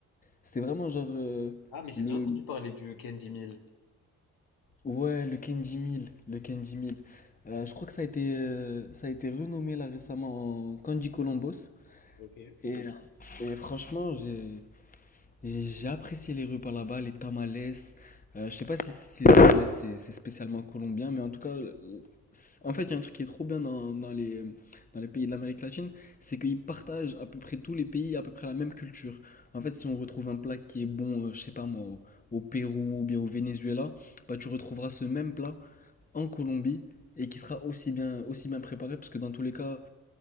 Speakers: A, on the left; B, on the left.
A: C'était vraiment genre euh,
B: Ah, mais j'ai
A: le
B: déjà entendu parler du Candy Mill.
A: ouais le Kenji 1000, le Kenji 1000. Euh, je crois que ça a été euh, ça a été renommé là récemment en Kanji Columbus
B: Ok.
A: et, et franchement j'ai J'ai apprécié les repas là-bas, les tamales. Euh, je sais pas si, si les tamales c'est c'est spécialement colombien, mais en tout cas, euh, c'est- en fait, il y a un truc qui est trop bien dans, dans les, dans les pays de l'Amérique latine, c'est qu'ils partagent à peu près tous les pays à peu près la même culture. En fait, si on retrouve un plat qui est bon, euh, je sais pas moi, au, au Pérou ou bien au Venezuela, bah tu retrouveras ce même plat en Colombie et qui sera aussi bien, aussi bien préparé, parce que dans tous les cas,